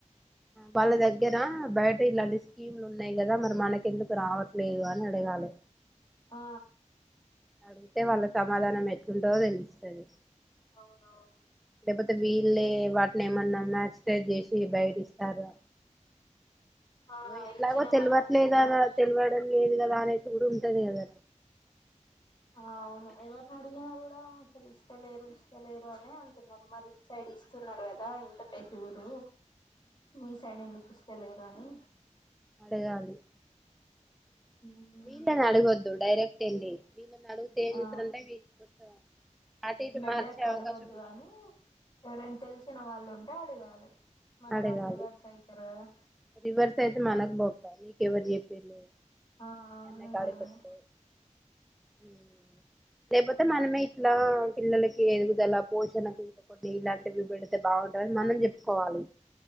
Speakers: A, in the centre; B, on the left.
A: వాళ్ళ దగ్గర బయట ఇలాంటి స్కీమ్లు ఉన్నాయి కదా మరి మనకెందుకు రావట్లేదు అని అడగాలే
B: ఆ
A: అలా అడిగితే వాళ్ళ సమాధానం ఎట్లుంటదో తెలుస్తది
B: అవునవును
A: లేకపోతే వీళ్ళే వాటిని ఏమన్నా మ్యాచ్ టైర్ చేసి బయట ఇస్తారో
B: ఆ
A: ఎట్లాగో
B: ఇచ్చినాం
A: తెలివట్లే
B: అన్నట్టు ఫ్రూట్స్
A: గదా తెలివడం లేదు గదా గుడా ఉంటది కదనే
B: ఆ అవును ఎవర్ని అడిగిన గుడా ఇస్తలేరు ఇస్తలేరు అని అంటున్నారు. మరి ఇటు సైడ్ ఇస్తున్నారు కదా ఇంత పెద్ద ఊరు మీ సైడ్ ఎందుకు ఇస్తలేరూ రాను
A: అడగాలి
B: ఉమ్,
A: రీసన్ అడగద్దు డైరెక్ట్ టెండీ వీళ్ళని అడుగుతే ఏం
B: ఆ
A: చెప్తారంటే వీళ్ళు అటు ఇటు
B: డైరెక్ట్
A: మార్చే
B: అడగొద్దు
A: అవకాశం ఉన్
B: అని ఎవరైనా తెలిసిన వాళ్ళు ఉంటే అడగాలి మళ్ళా
A: అడగాలి
B: వాళ్ళు రివర్స్ అయితారు కదా
A: రివర్స్ అయితే మనకు బొక్క అది ఎవరు చెప్పిండూ
B: ఆ
A: ఎన్నై
B: నిజంగానే
A: కాడిక్ బస్సు హ <unintelligible> లేకపోతే మనమే ఇట్లా పిల్లలకి ఎదుగుదల పోషణకు ఇంకొకటి ఇలాంటివి పెడితే బాగుంటదని మనం చెప్పుకోవాలి